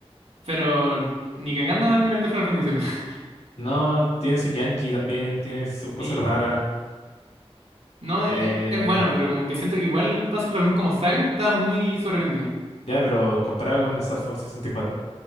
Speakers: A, on the right; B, on the left.
A: pero ni cagando al nivel de Final Fantasy VII, <laughs>
B: No, tiene su Yankee también, tiene sus cosas
A: sí,
B: raras.
A: no,
B: Eh,
A: es, es bueno, pero como que siento que igual Panzer Dragoon como Saga está muy sobrevendido,
B: ya, pero comparado con Star Fox sesenta y cuatro,